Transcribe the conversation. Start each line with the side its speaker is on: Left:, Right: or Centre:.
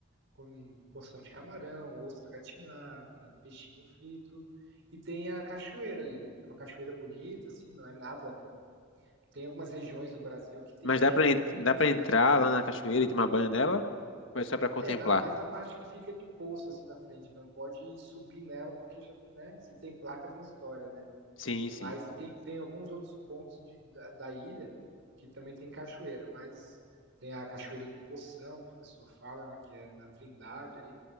Right: com porção de camarão, ostra gatinada, peixinho frito. E tem a cachoeira ali. É uma cachoeira bonita, assim, não é nada. Tem algumas regiões do Brasil que tem
Left: mas
Right: cachoeiras
Left: dá para
Right: lindíssimas,
Left: dá para entrar
Right: né?
Left: lá na cachoeira e tomar banho nela? Ou é só para contemplar?
Right: É, na- mas na parte que fica de poço, assim, na frente, não pode subir nela, porque já, né? Se tem placa, tem história, né?
Left: Sim, sim.
Right: Mas tem, tem alguns outros pontos de- da, da ilha que também tem cachoeira, mas tem a cachoeira do Poção, que o pessoal fala, né? Que é na Trindade ali.